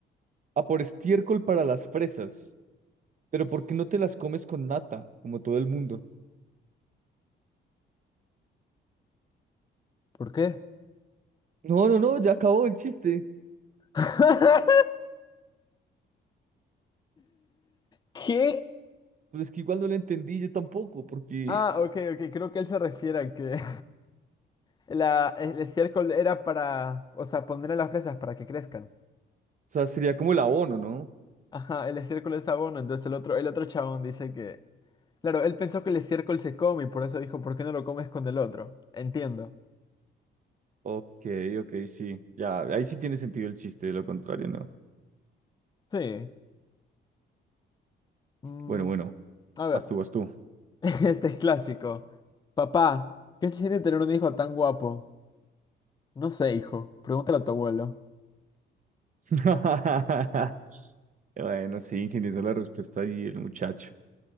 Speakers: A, on the right; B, on the left.
A: A por estiércol para las fresas. Pero ¿por qué no te las comes con nata, como todo el mundo?
B: ¿Por qué?
A: No, no, no, ya acabó el chiste.
B: <laughs> ¿Qué?
A: Pero es que igual no lo entendí yo tampoco, porque,
B: Ah, ok, ok. Creo que él se refiere a que La, el estiércol era para, o sea, ponerle las fresas para que crezcan.
A: o sea, sería como el abono, ¿no?
B: Ajá, el estiércol es abono, entonces el otro, el otro chabón dice que, claro, él pensó que el estiércol se come y por eso dijo, ¿por qué no lo comes con el otro? Entiendo.
A: Ok, ok, sí. Ya, ahí sí tiene sentido el chiste, de lo contrario, ¿no?
B: Sí. Mm,
A: Bueno, bueno,
B: a ver,
A: vas tú, vas tú.
B: <laughs> este es clásico. Papá, ¿qué se siente tener un hijo tan guapo? No sé, hijo, pregúntale a tu abuelo.
A: <laughs> Bueno, sí, ingeniosa la respuesta y el muchacho.